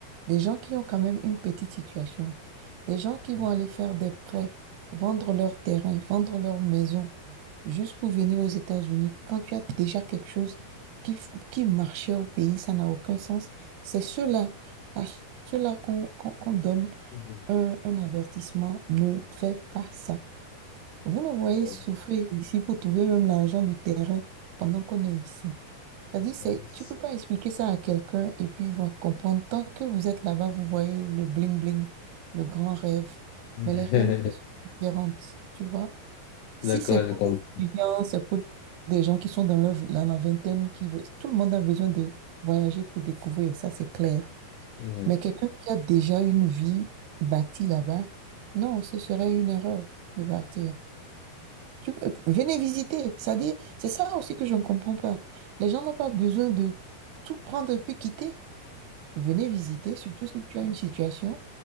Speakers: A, on the right; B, on the left.
A: des gens qui ont quand même une petite situation, des gens qui
B: Mhm.
A: vont aller faire des prêts, vendre leur terrain, vendre leur maison, juste pour venir aux États-Unis, quand tu as déjà quelque chose qui, f- qui marchait au pays, ça n'a aucun sens. C'est ceux-là, à ceux-là qu'on qu'on- qu'on donne
B: Mhm.
A: un, un avertissement, ne fais pas ça. Vous nous voyez
B: Bon,
A: souffrir ici pour trouver même l'argent du terrain pendant qu'on est ici. C'est-à-dire, c'est,
B: euh, c'est-
A: tu peux pas expliquer ça à quelqu'un et puis il va comprendre. Tant que vous êtes là-bas, vous voyez le bling-bling, le grand rêve.
B: <laughs>
A: Mais les réalités sont différentes, tu vois. Si
B: D'accord,
A: c'est pour
B: je comprends.
A: des étudiants, c'est pour des gens qui sont dans leur, dans la vingtaine, qui veulent, tout le monde a besoin de voyager pour découvrir, ça c'est clair.
B: Mhm.
A: Mais quelqu'un qui a déjà une vie bâtie là-bas, non, ce serait une erreur de partir. Tu- venez visiter. C'est-à-dire, c'est ça aussi que je ne comprends pas. Les gens n'ont pas besoin de tout prendre et puis quitter. Venez visiter, surtout si tu as une situation.